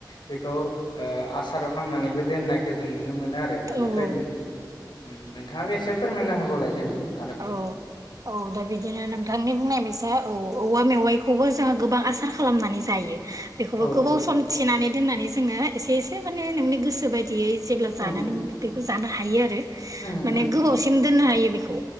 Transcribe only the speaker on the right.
औ औ
औ औ दा बिदिनो नोंथांनि बुंनाय बायसा औ औवा मेवाइखौ खौबो जोंङो गोबां आसार खालामनानै जायो। बेखौबो
गोबाव सम थिनानै दोननानै जोङो एसे
एसे माने नोंनि गोसो सो बायदियै जेब्ला
जानो नों लुदै जानो हायो आरो
माने गोबावसिम दोननो हायो बेखौ